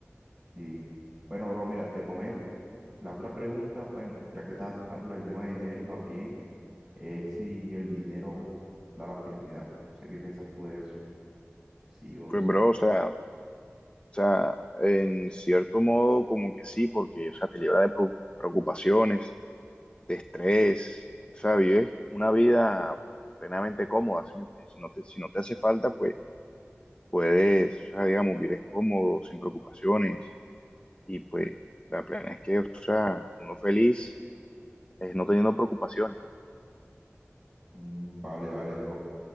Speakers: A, in the centre; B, on the left.
A: Y bueno, bro, mira, te comento. La otra pregunta, bueno, ya que estabas tocándole el tema de dinero también, es si el dinero da la felicidad. No sé qué piensas tú de eso, si sí o
B: Pues,
A: si
B: bro,
A: no.
B: o sea. O sea, en cierto modo, como que sí, porque, o sea, te libra de pro- preocupaciones, de estrés, o sea, vives una vida plenamente cómoda, ¿sí me entiendes? Si no te, si no te hace falta, pues puedes, o sea, digamos, vives cómodo, sin preocupaciones, y pues la plena es que, o sea, uno feliz es no teniendo preocupaciones.
A: Mm, vale, vale, bro.